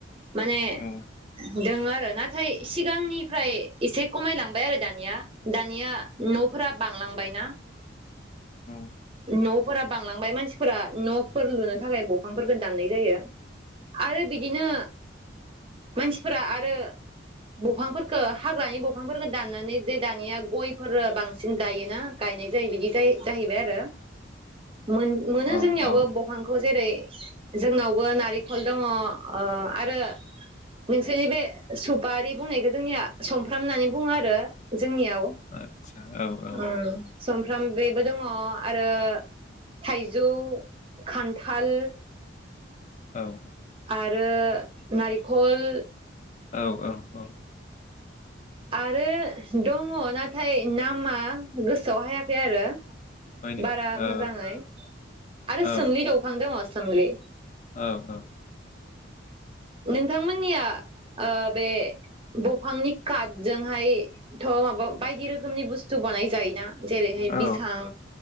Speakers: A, on the right; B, on the left.
A: माने
B: औ
A: दोङो आरो नाथाय सिगांनिफ्राय एसे खमायलांबाय आरो दानिया दानिया न'फोरा बांलांबायना
B: औ
A: न'फोरा बांलांबाय मानसिफोरा न'फोर लुनो थाखाय ब'फांफोरखौ दाननाय जायो। आरो बिदिनो मानसिफोरा आरो ब'फांफोरखौ हाग्रानि ब'फांफोरखौ दाननानै जे दानिया गयफोर बांसिन गायोना गायनाय जायो बिदि जाय जाहैबाय आरो मोन मोनो
B: औ
A: जोंनियावबो
B: औ
A: बहांखौ जेरै जोंनावबो नारि खल दङ ओ आरो नोंसोरनि बे सुपारि बुंनायखौ जोंनिया समफ्राम होननानै बुङो आरो जोंनियाव
B: आदसा औ औ
A: ओ ओंफ्राम बेबो दङ। अ आरो थाइजौ, खान्थाल
B: औ औ
A: आरो नारिखल
B: औ औ औ
A: आरो दङ नाथाय नामा गोसोआव हायाखै आरो
B: माने
A: बारा
B: औ
A: मोजाङै आरो
B: औ
A: सोमलि दौफां दङ सोमलि
B: औ औ
A: नोंथांमोननिया ओ बे ब'फांनि काथजोंहाय थ' माबा बायदि रो रोखोमनि बुस्थु बानाय जायोना जेरैहाय
B: औ
A: बिसां,